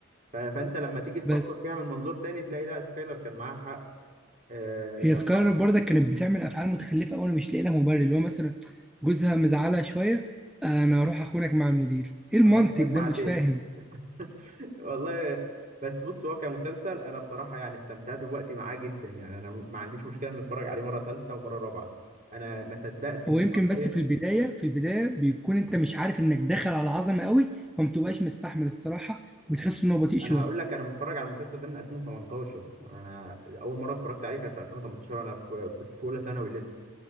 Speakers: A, on the right; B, in the centre.
A: ف- فأنت لما تيجي تفكر
B: بس
A: فيها من منظور تاني تلاقي لا سكايلر كان معاها حق آه
B: هي
A: لما
B: سكايلر برضك كانت بتعمل افعال متخلفه قوي انا مش لاقي لها مبرر اللي هو مثلا جوزها مزعلها شويه انا هروح اخونك مع المدير ايه المنطق
A: آه، كانت
B: ده
A: مع
B: مش
A: تيد
B: فاهم
A: <laughs> والله بس بص هو كمسلسل انا بصراحه يعني استمتعت بوقتي معاه جدا يعني انا ما عنديش مشكله ان اتفرج عليه مره ثالثه ومره رابعه انا ما صدقت ان
B: هو يمكن
A: حرفيا
B: بس في البدايه في البدايه بيكون انت مش عارف انك داخل على عظمه قوي فمتبقاش مستحمل الصراحه وبتحس ان هو بطيء شويه
A: انا هقول لك انا متفرج على المسلسل ده من 2018 انا اول مره اتفرجت عليه كان في 2018 وانا في في في اولى ثانوي لسه